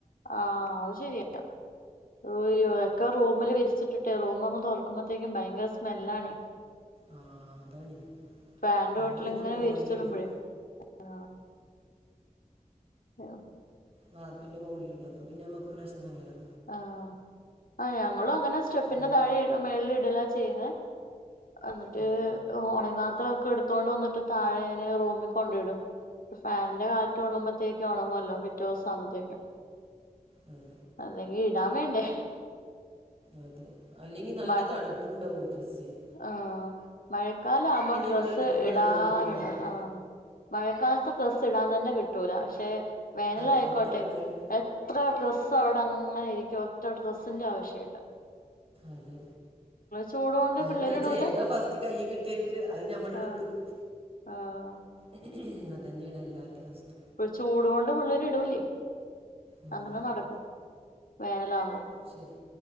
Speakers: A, on the left; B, on the right.
A: ആ അത് ശരിയ. ഓയ്യോ ഒക്ക റൂമില് വിരിച്ചിട്ടിട്ടെ റൂമ് അങ്ങ് തൊറക്കുമ്പഴത്തേക്കും ഭയങ്കര സ്മെല്ലാണെ.
B: ആ അതാണ്
A: ഫാന്റെ
B: ഞങ്ങൾ
A: ചൊട്ടിലങ്ങനെ
B: പിന്നെ മോളിലിടും
A: വിരിച്ചിടുമ്പഴേ. ആ ആ
B: വാർപ്പിന്റെ മോൾലിടും. അപ്പ പിന്നെ നമ്മക്ക് പ്രശ്നല്ലല്ലോ.
A: ആ. ആ ഞങ്ങളും അങ്ങനെ സ്റ്റെപ്പിന്റെ
B: എൻ-
A: താഴെ ഇടു മേൾല് ഇടലാ ചെയ്യ്ന്നേ. അന്നിട്ട്
B: ഉം,
A: ഒണങ്ങാത്ത ഒക്ക ഇട് ത്തോണ്ട് വന്നിട്ട് താഴെ ഞാന് റൂമി കൊണ്ടിടും. ഫാന്റെ കാറ്റ് കൊള്ളുമ്പഴത്തേക്ക് ഒണങ്ങോല്ലോ. പിറ്റേ ദിവസമാകുമ്പത്തേക്കും.
B: ഉം
A: അല്ലെങ്കി ഇടാൻ വേണ്ടേ
B: അതെ. അല്ലെങ്കിൽ നല്ല
A: മഴ
B: തണുപ്പും ഉണ്ടാവും ഡ്രെസ്സിന്.
A: ആഹ് മഴക്കാലം ആകുമ്പം ഡ്രസ്സ്
B: നമ്മൾ എടുക്കുമ്പോൾ
A: ഇടാനുണ്ട്
B: നല്ല തണുപ്പുണ്ടാവും
A: ആഹ് ആഹ് മഴക്കാലത്ത് ഡ്രസ്സ്‌ ഇടാൻ തന്നെ കിട്ടൂല. പക്ഷെ വേനലായിക്കോട്ടെ
B: അതെ എത്ര ഉണ്ടാവും
A: എത്ര ഡ്രസും അവിടെ അങ്ങനെ ഇരിക്കും. ഒറ്റ ഡ്രസ്സിന്റെ ആവശ്യം ഇല്ല.
B: അത്
A: ചൂട് കൊണ്ട് പിള്ളേര്
B: എന്താച്ചാ
A: ഇടൂല
B: ഏതാ ഫസ്റ്റ് കൈ കി കിട്ടിയിട്ട് അത് ഞമ്മളെടുത്തിടും.
A: ആഹ് ആഹ്
B: അത് തന്നെയാണ് എല്ലാവരുടെയും അവസ്ഥ
A: ചൂട്കൊണ്ട് പിള്ളേരിടൂല്ലേ.
B: ഉം.
A: അങ്ങനെ നടക്കും വേനലാമ്പോ.
B: ശെരിയാ